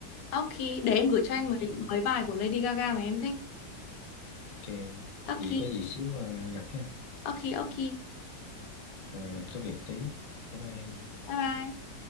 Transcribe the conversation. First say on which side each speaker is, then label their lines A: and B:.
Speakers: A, on the left; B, on the left.
A: ok để em gửi cho
B: ok
A: anh mấy mấy bài của Lady Gaga mà em thích
B: ok
A: ok
B: vì có gì xíu à, gặp ha
A: ok ok
B: rồi anh có việc tí bye bye
A: bye bye